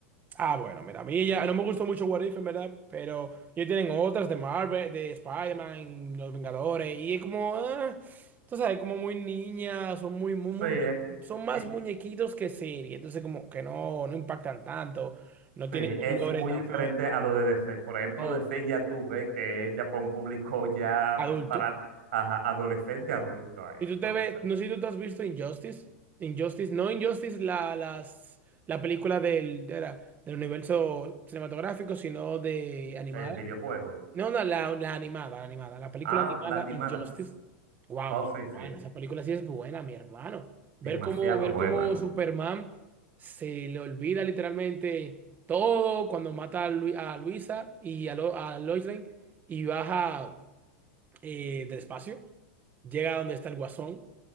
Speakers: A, on the right; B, on the right.
A: Ah, bueno, mira, a mí ya no me gustó mucho What If, en verdad, pero ya tienen otras de Marvel, de Spider-Man, Los Vengadores, y es como, ah, tú sabes, como muy niñas, son muy, muy, muy,
B: Sí, es,
A: son más
B: es-
A: muñequitos que serie, entonces como que no, no impactan tanto, no tienen
B: sí, es
A: un lore
B: muy
A: tan
B: diferente
A: bueno,
B: a lo de DC. Por ejemplo,
A: no,
B: DC ya tuve que es ya para un público ya
A: adulto.
B: para ajá, adolescente, adulto ahí.
A: Y tú
B: Entonces,
A: te ves, no sé si tú te has visto Injustice, Injustice, no Injustice, la, las, la película del, de la- del universo cinematográfico, sino de animada.
B: el videojuego.
A: No, no, la, la animada, la animada. La película
B: Ah,
A: animada
B: la animada.
A: Injustice. Wow,
B: Oh,
A: mi
B: sí, sí.
A: hermano, esa película sí es buena, mi hermano. Ver
B: Demasiado
A: cómo, ver
B: buena.
A: cómo Superman se le olvida literalmente todo cuando mata a, Lu- a Luisa y a, Lo- a Lois Lane y baja eh, del espacio, llega a donde está el guasón